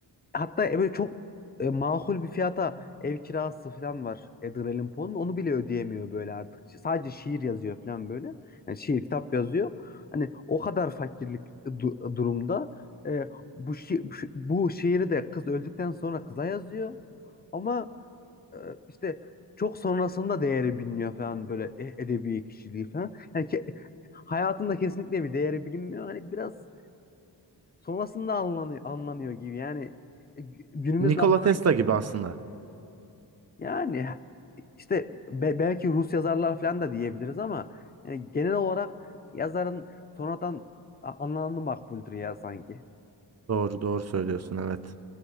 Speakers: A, on the left; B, on the right.
A: hatta e, böyle çok e, makul bir fiyata ev kirası falan var Edgar Allan Poe'nun. Onu bile ödeyemiyor böyle artık. Sadece şiir yazıyor falan böyle. Yani şiir kitap yazıyor. Hani o kadar fakirlik du- durumda e, bu, şi bu, şi- bu şiiri de kız öldükten sonra kıza yazıyor. Ama e, işte çok sonrasında değeri biliniyor falan böyle e- edebi kişiliği falan. Yani ke- hayatında kesinlikle bir değeri bilinmiyor. Hani biraz sonrasında anlanıyor, anlanıyor gibi. Yani e, gü- günümüzde
B: Nikola
A: anlan
B: Tesla gibi aslında.
A: yani işte be- belki Rus yazarlar falan da diyebiliriz ama yani genel olarak yazarın sonradan a- anlamı makbuldür ya sanki.
B: Doğru doğru söylüyorsun evet.